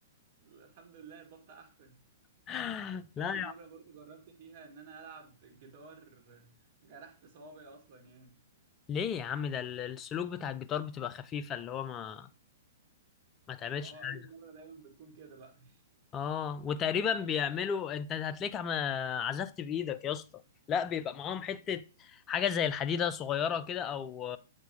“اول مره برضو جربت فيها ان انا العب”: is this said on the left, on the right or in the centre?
Right